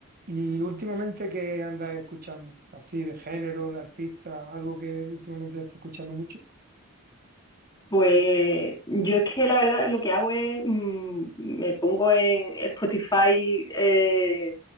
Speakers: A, on the right (about 40°); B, on the left (about 20°).
A: ¿Y últimamente qué andas escuchando? Así de género, de artista, algo que últimamente esté escuchando mucho,
B: Pues yo es que la verdad lo que hago es, mm, me pongo en Spotify eh,